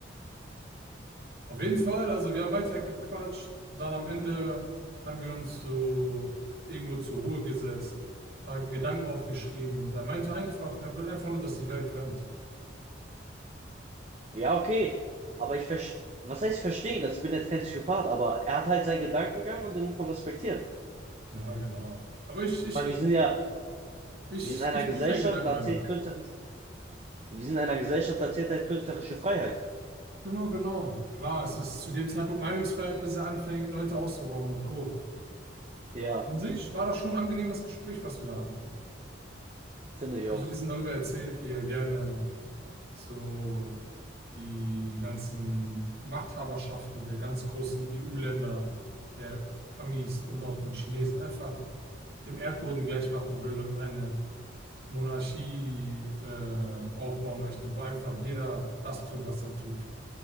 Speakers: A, on the right (about 55°); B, on the right (about 35°).
A: Auf jeden Fall, also wir haben weiter gequatscht. Dann am Ende haben wir uns so irgendwo zur Ruhe gesetzt, paar Gedanken aufgeschrieben und er meinte einfach, er will einfach nur, dass die Welt brennt.
B: Ja, okay. Aber ich verstehe, was heißt verstehen? Das- Ich bin jetzt kein Psychopath, aber er hat halt seinen Gedankengang und den muss man respektieren.
A: Ja, genau. Aber ich, ich,
B: Ich meine, wir sind ja,
A: ich,
B: wir sind in einer
A: ich
B: Gesellschaft,
A: fühle seinen Gedankengang
B: da zählt
A: immer.
B: künstlerisch, wir sind in einer Gesellschaft, da zählt halt künstlerische Freiheit.
A: Genau, genau. Klar, es ist zu dem Zeitpunkt Meinungsfreiheit, bis er anfängt, Leute auszurauben und Co.
B: Ja,
A: Aber an sich war das schon ein angenehmes Gespräch, was wir da hatten.
B: finde ich
A: Habe
B: auch.
A: ich so ein bisschen darüber erzählt, wie er gerne so die ganzen Machthaberschaften der ganz großen EU-Länder, der Amis und auch den Chinesen einfach dem Erdboden gleich machen will und eine Monarchie äh, aufbauen möchte, wo einfach jeder das tut, was er tut.